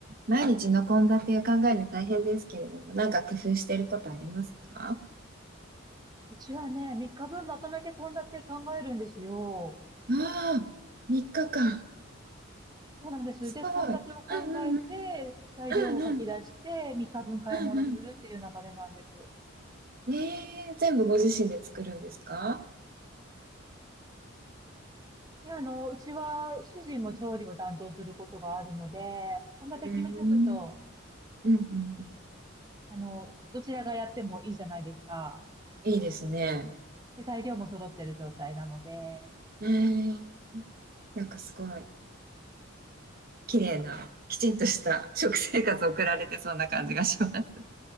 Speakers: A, on the right; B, on the right.
A: 毎日の献立を考えるの大変ですけれども、なんか工夫していることありますか
B: うちはね、3日分まとめて献立考えるんですよ。
A: ああ、3日間。
B: そうなんです。
A: すごい。
B: で、献立を考えて、
A: うんうんうん。
B: 材料を書き出して、
A: うんうん。
B: 3日分買い物するっていう流れなんです。
A: うんうん。ええ全部ご自身で作るんですか
B: で、あの、うちは主人も調理を担当することがあるので、
A: うん
B: 献立決めとくと、
A: うんうんうんうん
B: あの、どちらがやってもいいじゃないですか。
A: いいですね。
B: で、材料も揃ってる状態なので。
A: ええなんかすごい、綺麗な、きちんとした食生活を送られてそうな感じがします。